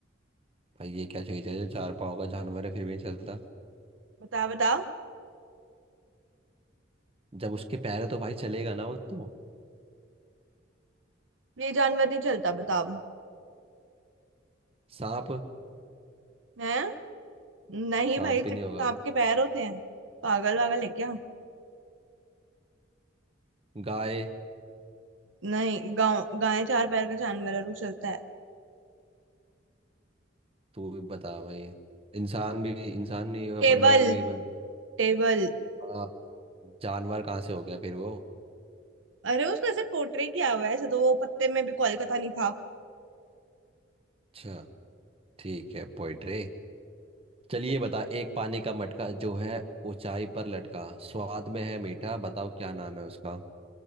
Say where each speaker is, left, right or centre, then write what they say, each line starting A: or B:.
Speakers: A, on the right; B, on the right.
A: भाई ये क्या चीज है जो चार पाँव का जानवर है फिर भी नहीं चलता
B: बता बता
A: जब उसके पैर है तो भाई चलेगा ना वो तो
B: ये जानवर नहीं चलता बताओ
A: सांप
B: है नहीं
A: सांप
B: भाई
A: भी
B: सिर्फ
A: नहीं होगा
B: आपके पैर होते हैं पागल वागल है क्या
A: गाय
B: नहीं गाँव गाय चार पैर का जानवर है और वो चलता है
A: तू भी बता भाई इंसान भी इंसान नहीं होगा
B: टेबल
A: बंदर भी बंदर
B: टेबल
A: हाँ जानवर कहाँ से हो गया फिर वो
B: अरे उसको ऐसे पोर्ट्रे किया हुआ है ऐसा तो वो पत्ते में भी कोलकाता नहीं था
A: अच्छा ठीक है पोइट्री चलिए बता एक पानी का मटका जो है ऊंचाई पर लटका स्वाद में है मीठा बताओ क्या नाम है उसका